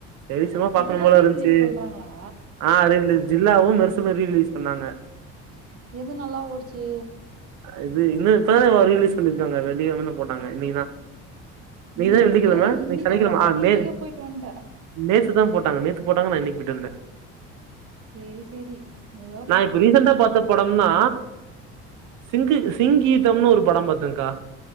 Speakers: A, on the right; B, on the right.
A: செரி சும்மா பாக்கணு
B: இதெல்லா
A: போல
B: ரீ
A: இருந்ச்சி
B: ரிலீஸ் பண்றாங்களா
A: ஆ ரீரிலீஸ் ஜில்லாவு மெர்சலு ரீரிலீஸ் பண்ணாங்க
B: எது நல்லா ஓடுச்சு
A: இது இன்னைக் தானக்கா ரீரிலீஸ் பண்ணீர்க்காங்க வெள்ளிக்கெழமர்ந்து போட்டாங்க இன்னைக்கி தா இன்னைக்கிதான
B: இன்னி
A: வெள்ளிக்கெழம
B: டேய் இன்னிக்கே
A: இன்னைக் சனிக்கெழம
B: போட்டாங்க
A: ஆ மே
B: இன்னிக்கே போயிட்டு வன்ட்ட
A: நேத்து தா போட்டாங்க நேத்து போட்டாங்க நா இன்னைக் போய்ட்டு வந்தே
B: சேரி சேரி எதா
A: நா இப்ப ரீசன்ட்டா பாத்த படம்னா சிங்கு சிங்கீதம்னு ஒரு படோ பாத்தேங்க்கா